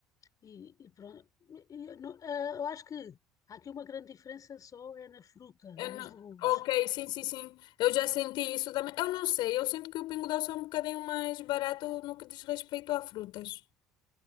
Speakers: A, on the left (about 45°); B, on the left (about 60°).
A: e, e pronto. E eu não- ah, eu acho que há aqui uma grande diferença só é na fruta
B: Eu
A: e nos
B: não-
A: legumes.
B: ok, sim, sim, sim. Eu já senti isso também. Eu não sei, eu sinto que o Pingo Doce é um bocadinho mais barato no que diz respeito a frutas.